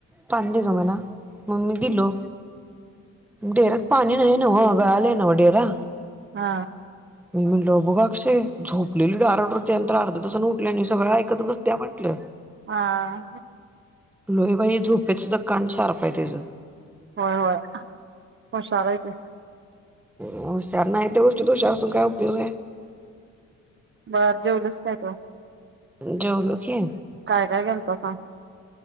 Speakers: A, in the centre; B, on the right.
A: पाणी दे ग मला मग मी दिलो डेरात पाणी नाही नव गळालय नव डेरा
B: हा
A: मी म्हटलं बघा अक्षय झोपलेली डार डोर त्यानंतर अर्धा तासन उठल्याने सगळं ऐकतच बस त्या म्हटलं
B: हा
A: लोहेबाई झोप्यात सुद्धा कान शार प हायत तीज
B: होय होय हुशार हाय ती
A: हूशार नाय त्या गोष्टीत असून काय उपयोग
B: बरं जेवलीस काय तू
A: जेवलो की.
B: काय काय केेल त सांग